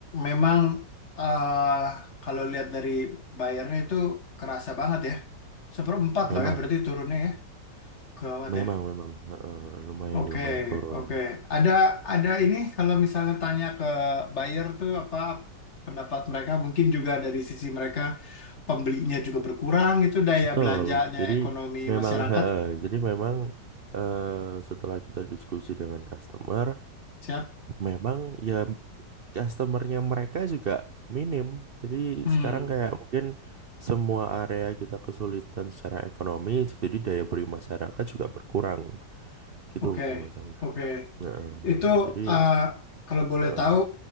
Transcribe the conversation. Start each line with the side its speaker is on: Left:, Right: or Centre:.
Left: memang eh, kalau lihat dari bayarnya itu kerasa banget ya. Seperempat
Right: Memang.
Left: loh ya, berarti turunnya ya. Gawat
Right: Memang,
Left: ya.
Right: memang heeh, lumayan,
Left: Oke,
Right: lumayan turun.
Left: oke. Ada ada ini kalau misalnya tanya ke buyer tuh apa pendapat mereka, mungkin juga dari sisi mereka pembelinya juga berkurang itu daya
Right: Betul.
Left: belanjanya
Right: Jadi
Left: ekonomi
Right: memang
Left: masyarakat.
Right: heeh, jadi memang eh, setelah kita diskusi dengan customer,
Left: Siap?
Right: memang ya customernya mereka juga minim. Jadi
Left: Hmm,
Right: sekarang kayak mungkin semua area kita kesulitan secara ekonomi, jadi daya beli masyarakat juga berkurang gitu,
Left: oke,
Right: Mas Angga.
Left: oke.
Right: Heeh,
Left: Itu
Right: jadi
Left: eh, kalau boleh
Right: heeh.
Left: tahu